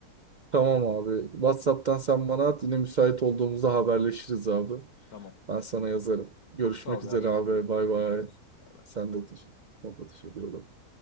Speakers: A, on the right; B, on the left.
A: Tamam abi. WhatsApp'tan sen bana at. Yine müsait olduğumuzda haberleşiriz abi.
B: Tamam.
A: Ben sana
B: Tamam.
A: yazarım. Görüşmek
B: Çok sağ ol
A: üzere
B: ya iyi
A: abi.
B: oldu.
A: Bay bay.
B: Görüşürüz. Bay bay.
A: Sen de teşekkür, ben de teşekkür ederim.